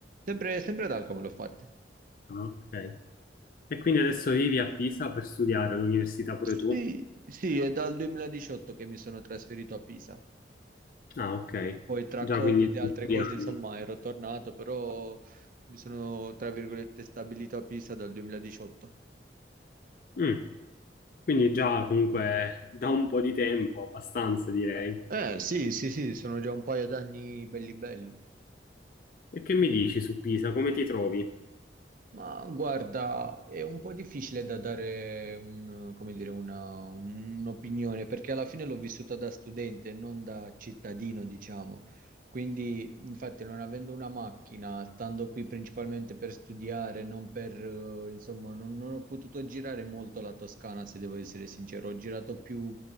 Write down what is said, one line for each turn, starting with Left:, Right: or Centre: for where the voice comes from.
Right: Sempre, sempre ad Alcamo l'ho fatte.
Left: Ah, ok. E quindi adesso vivi a Pisa per studiare all'università pure
Right: Sì,
Left: tu?
Right: sì, è dal 2018 che mi sono trasferito a Pisa.
Left: Ah, ok.
Right: Poi tra
Left: Già
Right: Covid
Left: quindi
Right: e
Left: due
Right: altre cose,
Left: anni.
Right: insomma, ero tornato, però mi sono, tra virgolette, stabilito a Pisa dal 2018.
Left: Mm, Quindi già comunque da un po' di tempo, abbastanza direi.
Right: Eh sì, sì, sì, sono già un paio d'anni belli belli.
Left: E che mi dici su Pisa? Come ti trovi?
Right: Ma guarda, è un po' difficile da dare un- come dire, una- un'opinione perché alla fine l'ho vissuta da studente, non da cittadino, diciamo. Quindi, infatti, non avendo una macchina, stando qui principalmente per studiare, non per, eh, insomma, non, non ho potuto girare molto la Toscana, se devo essere sincero. Ho girato più